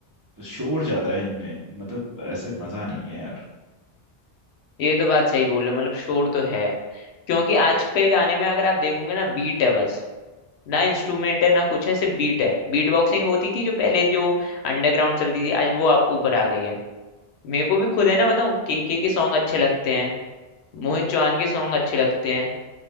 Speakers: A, on the right; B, on the left.
A: अ, शोर ज्यादा है इनमें मतलब ऐसे मजा नहीं है यार
B: ये तो बात सही बोल रहे हो मतलब शोर तो है क्योंकि आजकल गाने में अगर आप देखोगे ना बीट है बस ना इंस्ट्रूमेंट है ना कुछ है सिर्फ बीट है बीट बॉक्सिंग होती थी जो पहले जो अंडरग्राउंड चलती थी आज वो आ- ऊपर आ गई है मेरे को भी खुद है ना बताऊं केके के के सॉन्ग अच्छे लगते हैं मोहित चौहान के सॉन्ग अच्छे लगते हैं